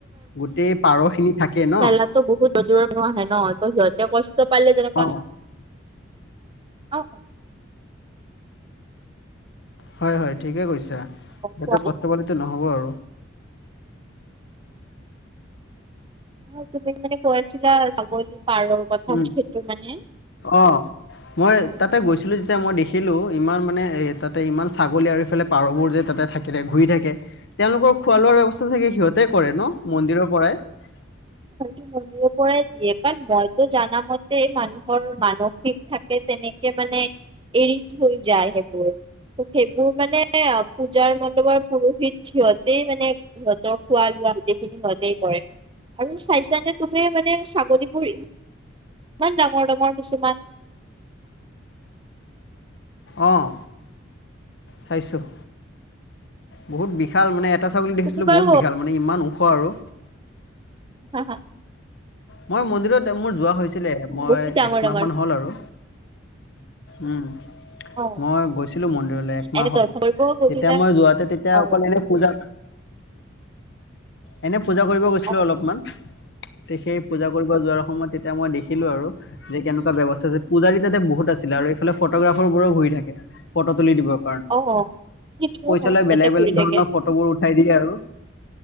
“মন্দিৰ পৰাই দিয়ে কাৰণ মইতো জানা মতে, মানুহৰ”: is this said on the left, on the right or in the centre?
Right